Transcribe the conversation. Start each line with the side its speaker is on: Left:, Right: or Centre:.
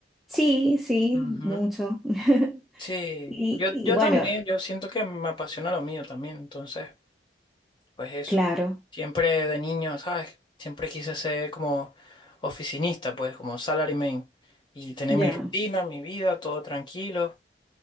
Centre: Sí, sí,
Left: Ujú.
Centre: mucho. <laughs>
Left: Sí,
Centre: Y,
Left: yo, yo
Centre: y bueno,
Left: también, yo siento que me apasiona lo mío también, entonces, pues eso.
Centre: claro,
Left: Siempre de niño, ¿sabes? Siempre quise ser como oficinista, pues como salaryman y tener mi
Centre: ya,
Left: rutina, mi vida, todo tranquilo